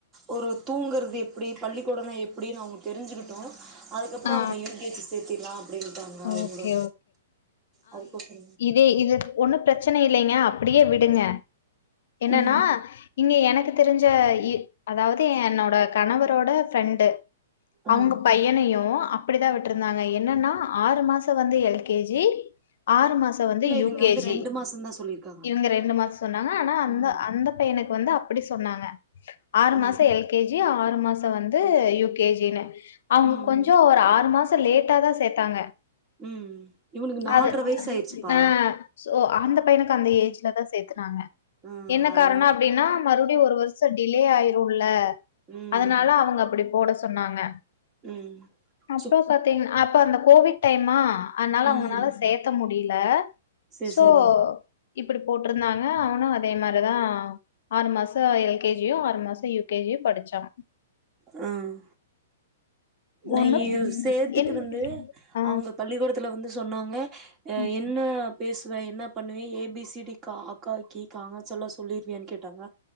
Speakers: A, on the right; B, on the left.
A: ஒரு தூங்குறது எப்டி பள்ளிக்கூடோனா எப்டின் அவுங்ளுக் தெரிஞ்சிகிட்டு அதுக்கப்புறோ
B: ஆ
A: அவன யூ கே ஜி சேத்திற்லா அப்டின்டாங்க அவுங்குளு
B: ஓகே
A: அதுக்கப்பறோ
B: ஏ இது ஒன்னு ப்ரச்சன இல்லைங்க அப்டியே விடுங்க என்னன்னா
A: ம்
B: இங்க எனக்கு தெரிஞ்ச இ அதாவ்து என்னோட கணவரோட ஃப்ரெண்டு
A: ம்
B: அவுங்க பையனையு அப்புடிதாவிட்ருந்தாங்க என்னன்னா ஆறு மாசோ வந்து எல் கே ஜி ஆறு மாசோ வந்து
A: இல்ல
B: யூ
A: இவிங்க
B: கே
A: வந்து
B: ஜி
A: ரெண்டு மாசந்தா சொல்லிருக்காங்க
B: இவுங்க ரெண்டு மாசோ சொன்னாங்க ஆனா அந்த
A: ம்
B: அந்த பையனுக் வந்து அப்படி சொன்னாங்க ஆறு
A: ம்
B: மாசோ எல் கே ஜி ஆறு மாசோ வந்து யூ கே ஜினு அவுங்க
A: ம்
B: கொஞ்சோ
A: ம்
B: ஒரு ஆ மாசோ லேட்டாதா சேத்தாங்க
A: ம் இவனுக்கு நால்ர
B: அது
A: வயசு ஆயிருச்சுப்பா
B: ஆ சோ அந்த பையனுக்கு அந்த ஏஜ்லதா சேத்துனாங்க
A: ம்
B: என்ன
A: அதனால
B: காரணோ அப்டினா மறுபுடியு ஒரு வருசோ டிலே ஆய்ருல்ல
A: ம்
B: அதனால அவுங்க அப்படி போட சொன்னாங்க
A: ம்
B: அப்றோ
A: சு
B: பாத்தீங் அப்ப அந்த கோவிட் டைமா அதனால அவங்கனால
A: ம்
B: சேத்த முடில
A: சேரி
B: சோ
A: சேரி
B: இப்டி போட்ருந்தாங்க அவனு அதே மாரிதா ஆறு மாசோ எல் கே ஜியு ஆறு மாசோ யு கே ஜியும படிச்சாங்
A: ம் நையு
B: ஒன்னு
A: சேத்துட்டு
B: என்
A: வந்து
B: ஆ
A: அவுங்க பள்ளிக்கூடத்துல வந்து சொன்னாங்க
B: ம்.
A: என்ன பேசுவ என்ன பண்ணுவே ஏ பி சி டி கா அக்கா கி காங்காச்சல்லா சொல்லிருவியானு கேட்டாங்க